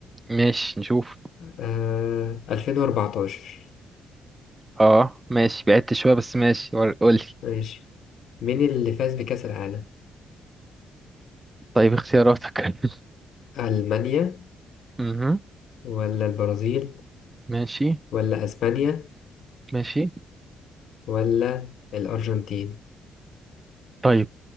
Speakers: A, on the right (about 20°); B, on the left (about 70°).
A: ماشي نشوف
B: آه 2014
A: اه ماشي بعدت شوية بس ماشي ور- قولي
B: ماشي مين اللي فاز بكأس العالم
A: طيب اختياراتك <laughs>
B: ألمانيا
A: مهم.
B: ولا البرازيل
A: ماشي
B: ولا أسبانيا
A: ماشي
B: ولا الأرجنتين
A: طيب